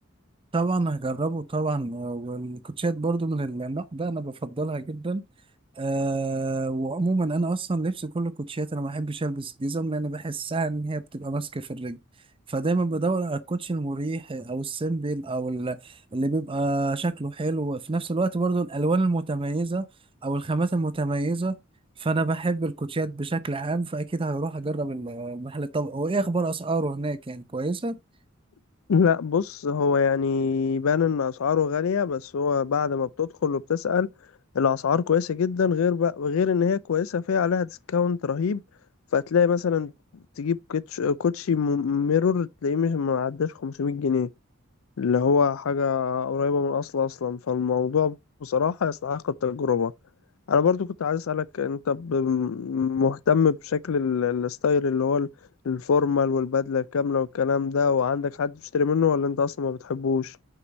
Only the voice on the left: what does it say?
لأ بص هو يعني بان إن أسعاره غالية بس هو بعد ما بتدخل وبتسأل الأسعار كويسة جدا غير بقى غير إن هي كويسة فيها عليها ديسكاونت رهيب فتلاقي مثلا تجيب كوتش كوتشي م- ميرور تلاقيه مش معداش 500 جنيه اللي هو حاجة قريبة من الأصل أصلا فالموضوع بصراحة يستحق التجربة أنا برضو كنت عايز أسألك أنت ب- مهتم بشكل ال- الستايل اللي هو ال- الفورمال والبدلة الكاملة والكلام ده وعندك حد بتشتري منه ولا أنت أصلا ما بتحبوش؟